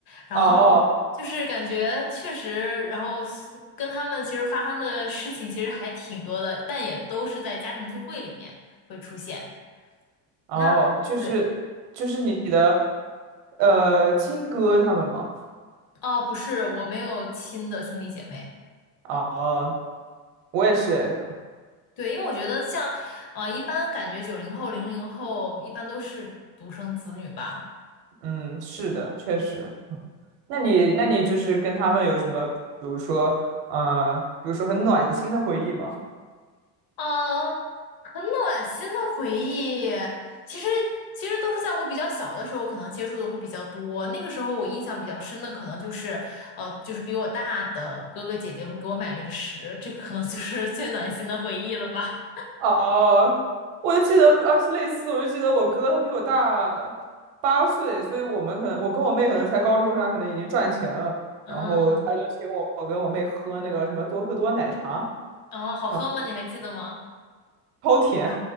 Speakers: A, on the left; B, on the right.
A: 然后
B: 哦
A: 就是感觉确实，然后是跟他们其实发生的事情其实还挺多的，但也都是在家庭聚会里面会出现。
B: 哦，
A: 那对，
B: 就是就是你的呃亲哥他们吗？
A: 哦，不是，我没有亲的兄弟姐妹。
B: 哦，我也是，
A: 对，因为我觉得像，呃，一般感觉九零后、零零后一般都是独生子女吧。
B: 嗯，是的，确实。那你那你就是跟他们有什么，比如说呃，比如说很暖心的回忆吗？
A: 嗯，很暖心的回忆，其实其实都是在我比较小的时候，可能接触的会比较多。那个时候我印象比较深的，可能就是呃，就是比我大的哥哥姐姐会给我买零食，这可能就是最暖心的回忆了吧。
B: 哦，我就记得，呃，是类似，我就记得我哥他比我大八岁，所以我们可能我跟我妹可能才高中生，他可能已经赚钱了，
A: 嗯，
B: 然后他就请我我跟我妹喝那个什么多克多奶茶，
A: 哦，好喝吗？
B: 然后
A: 你还记得吗？
B: 超甜